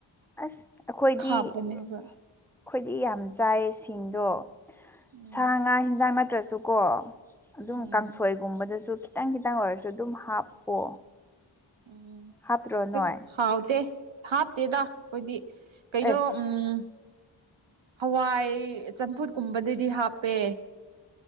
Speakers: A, in the centre; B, on the right.
A: ꯑꯁ ꯑꯩꯈꯣꯏꯗꯤ
B: ꯈꯥꯞꯄꯅꯦꯕ
A: ꯑꯩꯈꯣꯏꯗꯤ ꯌꯥꯝ ꯆꯥꯏꯌꯦ ꯁꯤꯡꯗꯣ
B: ꯎꯝ
A: ꯁꯥ ꯉꯥ ꯌꯦꯟꯖꯥꯡ ꯅꯠꯇ꯭ꯔꯁꯨꯀꯣ ꯑꯗꯨꯝ
B: ꯎꯝ
A: ꯀꯥꯡꯁꯣꯏꯒꯨꯝꯕꯗꯁꯨ ꯈꯤꯇꯪ ꯈꯤꯇꯪ ꯑꯣꯏꯔꯁꯨ ꯑꯗꯨꯝ ꯍꯥꯞꯄꯣ
B: ꯎꯝ
A: ꯍꯥꯞꯇ꯭ꯔꯣ ꯅꯣꯏ
B: ꯑꯁ ꯍꯥꯎꯇꯦ ꯍꯥꯞꯇꯦꯗ ꯑꯩꯈꯣꯏꯗꯤ ꯀꯩꯩꯅꯣ
A: ꯑꯦꯁ
B: ꯎꯝ ꯍꯋꯥꯏ ꯆꯝꯐꯨꯠꯀꯨꯝꯕꯗꯗꯤ ꯍꯥꯞꯄꯦ